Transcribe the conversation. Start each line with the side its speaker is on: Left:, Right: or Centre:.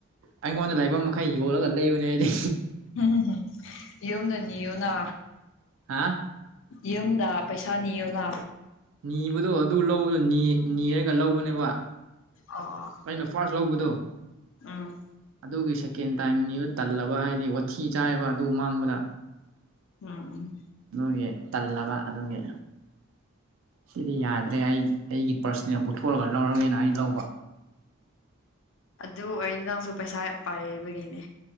Right: ꯑꯩꯉꯣꯟꯗ ꯂꯩꯕ ꯃꯈꯩ ꯌꯣꯜꯂꯒ ꯂꯩꯕꯅꯦ ꯍꯥꯏꯗꯤ
Left: ꯎꯝ ꯍꯨꯝ ꯍꯨꯝ ꯌꯣꯝꯗ ꯅꯤꯌꯣꯅꯥ
Right: ꯍꯥ
Left: ꯌꯨꯝꯗ ꯄꯩꯁꯥ ꯅꯤꯌꯨꯅ
Right: ꯅꯤꯕꯗꯣ ꯑꯗꯨ ꯂꯧꯕꯗꯣ ꯅꯤ ꯅꯤꯔꯒ ꯂꯧꯕꯅꯦꯕ
Left: ꯑꯥ
Right: ꯑꯩꯅ ꯐꯥꯔꯁ ꯂꯧꯕꯗꯣ
Left: ꯎꯝ
Right: ꯑꯗꯨꯒꯤ ꯁꯦꯀꯦꯟ ꯇꯥꯏꯝ ꯅꯤꯕ ꯇꯜꯂꯕ ꯍꯥꯏꯗꯤ ꯋꯥꯊꯤ ꯆꯥꯏꯕ ꯑꯗꯨ ꯃꯥꯡꯕꯗ
Left: ꯎꯝ ꯎꯝ
Right: ꯗꯨꯒꯤ ꯇꯜꯂꯕ ꯑꯗꯨꯒꯤ ꯁꯤꯗꯤ ꯌꯥꯗ꯭ꯔꯦ ꯑꯩ ꯑꯩꯒꯤ ꯄꯔꯁꯅꯦꯜ ꯄꯨꯊꯣꯛꯑꯒ ꯂꯧꯔꯒꯦꯅ ꯑꯩ ꯂꯧꯕ
Left: ꯑꯗꯨ ꯑꯣꯏꯔꯗꯤ ꯅꯪꯁꯨ ꯄꯩꯁꯥ ꯄꯥꯏꯕꯒꯤꯅꯦ